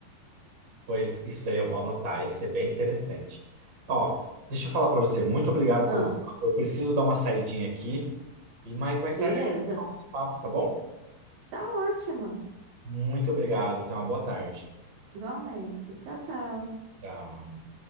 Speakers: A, on the right; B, on the right.
A: Pois isso daí eu vou anotar. Isso é bem interessante. Ó, deixa eu falar para você. Muito obrigado
B: Ah,
A: pelo papo. Eu preciso dar uma saidinha aqui. E mais mais
B: beleza.
A: tarde, nosso papo, tá bom?
B: Tá ótimo.
A: Muito obrigado. Tenha uma boa tarde.
B: Igualmente. Tchau, tchau.
A: Tchau.